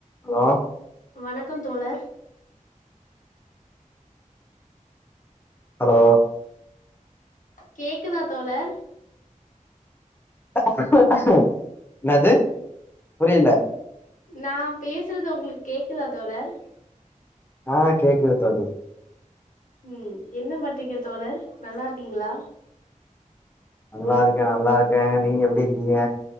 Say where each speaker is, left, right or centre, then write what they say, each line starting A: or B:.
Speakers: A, on the left; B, on the left.
A: Hello
B: வணக்கோ தோழர்
A: hello
B: கேக்குதா தோழர்
A: <unintelligible> என்னது புரியல
B: நா பேசுறது உங்களுக் கேக்குதா தோழர்
A: ஆ கேக்குது தோழி
B: ம் என்ன பண்றீங்க தோழர் நல்லா இருக்கீங்களா
A: நல்லா இருக்கே நல்லா இருக்கே நீங்க எப்டி இருக்கீங்க